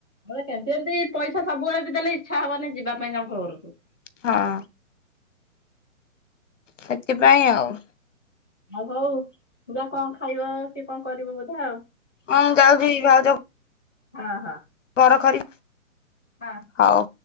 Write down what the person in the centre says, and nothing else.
ବୋଇଲେ କେ ଯେମତି ପଇସା ସବୁବେଳେ ବି ଦେଲେ ଇଚ୍ଛା ହବନି ଯିବା ପାଇଁ ଜଣଙ୍କ ଘରକୁ।
ଆଉ ହଉ ଯା କଣ ଖାଇବ କି କଣ କଣ କରିବ ବୋଧେ ଆଉ।
ହଁ ହଁ
ହଁ